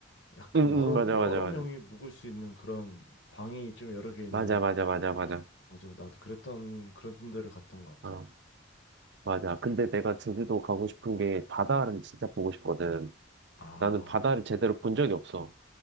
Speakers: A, on the left; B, on the right.
A: 약간
B: 응, 응,
A: 여러,
B: 맞아,
A: 여러
B: 맞아, 맞아.
A: 명이 묵을 수 있는 그런 방이 좀 여러 개 있는,
B: 맞아, 맞아, 맞아, 맞아.
A: 맞아. 나도 그랬던, 그런 데를 갔던 것
B: 어,
A: 같아.
B: 맞아. 근데 내가 제주도 가고 싶은 게 바다를 진짜 보고 싶거든.
A: 아,
B: 나는 바다를 제대로 본 적이 없어.